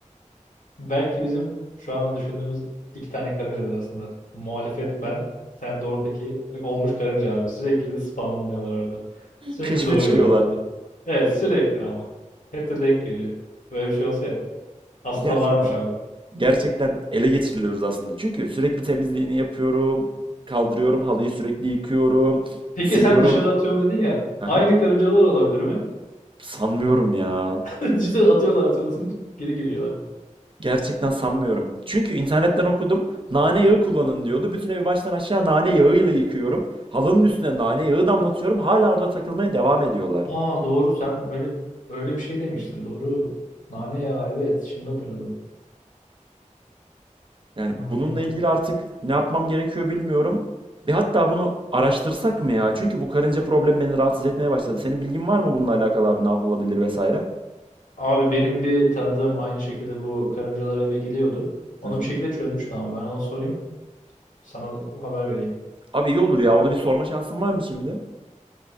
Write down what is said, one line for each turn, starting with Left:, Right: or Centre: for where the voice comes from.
Left: Belki bizim şu anda düşündüğümüz iki tane karıncadır aslında. Muhalefet ben, sen de oradaki olmuş karınca abi. Sürekli spamlanıyorlar orada. Sürekli
Right: Keşfe
Left: doğuyorlar
Right: çıkıyorlar.
Left: orada. Evet sürekli ama. Hep de denk geliyor. Böyle bir şey olsa ya. Aslında
Right: Gerçekten
Left: varmış abi.
Right: gerçekten ele geçiriliyoruz aslında. Çünkü sürekli temizliğini yapıyorum, kaldırıyorum, halıyı sürekli yıkıyorum,
Left: Peki
Right: siliyorum.
Left: sen dışarı atıyorum dedin ya.
Right: Aha,
Left: Aynı karıncalar olabilir mi?
Right: sanmıyorum ya.
Left: <laughs> Cidden atıyorlar atıyorsun. Geri geliyorlar.
Right: Gerçekten sanmıyorum. Çünkü internetten okudum. Nane yağı kullanın diyordu. Bütün evi baştan aşağı nane yağıyla yıkıyorum. Halının üstüne nane yağı damlatıyorum. Hala orada takılmaya devam ediyorlar.
Left: Aa doğru sen öyle öyle bir şey demiştin. Doğru. Nane yağı evet şimdi hatırladım.
Right: Yani
Left: Nane
Right: bununla
Left: yağı.
Right: ilgili artık ne yapmam gerekiyor bilmiyorum. Bir hatta bunu araştırsak mı ya? Çünkü bu karınca problemi beni rahatsız etmeye başladı. Senin bilgin var mı bununla alakalı abi ne yapılabilir vesaire?
Left: Abi benim bir tanıdığım aynı şekilde bu karıncalar eve geliyordu. Onu
Right: Hı hı.
Left: bir şekilde çözmüştü ama ben ona sorayım. Sana haber vereyim.
Right: Abi iyi olur ya. Onu bir sorma şansın var mı şimdi?